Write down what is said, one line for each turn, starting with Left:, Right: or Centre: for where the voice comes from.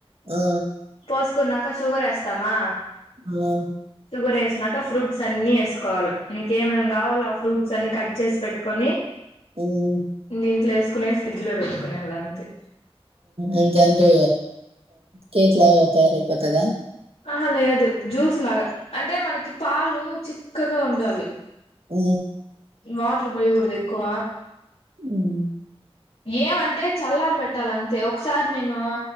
Right: ఆ
Left: పోస్ కున్నాక షుగర్ వేస్తామా
Right: ఆ
Left: షుగర్ వేసినాక ఫ్రూట్స్ అన్ని వేసుకోవాలి నీక ఏమేమి కావాలో ఆ ఫ్రూట్స్ అన్ని కట్ చేసి పెట్టుకొని
Right: మ్మ్
Left: దీం ప్లేస్ కునే ఫ్రిడ్జ్ లో పెట్టుకునే అలాంటిే
Right: అంతే అంటే కేక్ లా తయారయిపోతుందా
Left: ఆహ లేదు జ్యూస్ లాగా అంటే మనకి పాలు చిక్కగా ఉండాలి
Right: అ
Left: వాటర్ పోయకూడదు ఎక్కువ
Right: హ్మ్.
Left: ఏమ అంటే చల్లారి పెట్టాలి అంతే ఒకసారి నేను